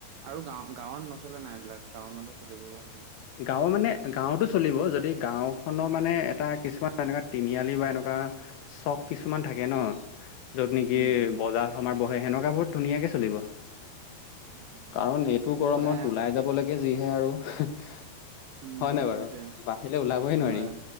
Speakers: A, on the right; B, on the left.
A: আৰু গাঁও গাঁৱত নচলে নাই, এইবলিলাক টাউনততে চলিব ভালকে।
B: গাঁও মানে গাঁৱতো চলিব, যদি গাঁওখনৰ মানে এটা কিছুমান এনেকুৱা তিনিআলি বা এনেকুৱা চক কিছুমান থাকে ন'! য'ত নেকি
A: উম উম
B: বজাৰ সমাৰ বহে সেনেকুৱা বোৰত ধুনীয়াকে চলিব।
A: উম
B: কাৰণ এইটো গৰমত
A: সদায়
B: ওলাই যাবলেকে যিহে আৰু। হয়,
A: উম
B: নাই বাৰু,
A: সেইটোৱে
B: বাহিৰে ওলাবই
A: হয়
B: নোৱাৰি